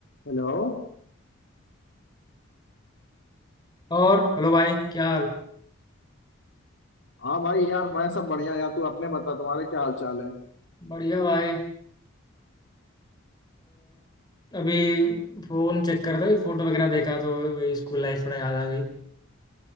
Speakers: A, on the left (about 60°); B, on the left (about 20°).
A: Hello
B: और हेलो भाई क्या हाल
A: हाँ भाई यार मैं सब बढ़िया यार तू अपने बता तुम्हारे क्या हाल चाल है
B: बढ़िया भाई अ, अभी फोन चेक कर रहा था फोटो वगैरह देखा तो वही स्कूल लाइफ थोड़ा याद आ गई